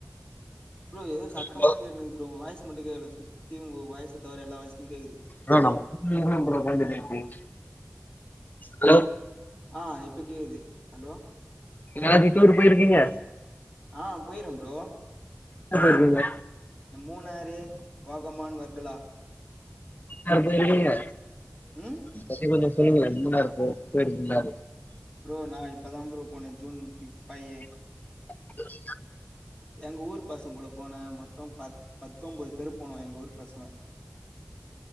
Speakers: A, on the left; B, on the left.
A: ஃப்ரோ எதோ சத்தமா
B: ஹலோ
A: கேட்னுது ப்ரோ உங்க வாய்ஸ் மட்டு கேக்கல சுத்தி உங்க வாய்ஸ் தவற எல்லா வாய்ஸ்சு கேக்குது
B: ப்ரோ நா <unintelligible> அலோ
A: ஆ இப்ப கேக்குது ஹலோ
B: எங்காச்சு டூர் போயிருக்கீங்க
A: ஆ போயிறோ ஃப்ரோ
B: எங்க போயிருக்கீங்க
A: இந்த மூணாறு போகமான் வர்களா
B: அடுத்தது நீங்க
A: ம்
B: பத்தி கொஞ்சோ சொல்லுங்கலே மூன்னாரு போ போயிருக்கீங்களா
A: ப்ரோ நா இப்பதா ப்ரோ போனே ஜூன் ஃபையி
B: புரியில
A: எங்க ஊர் பசங்க கூட போன மொத்தொ ப பத்தொம்பொது பேரு போனோ எங்க ஊர் பசங்க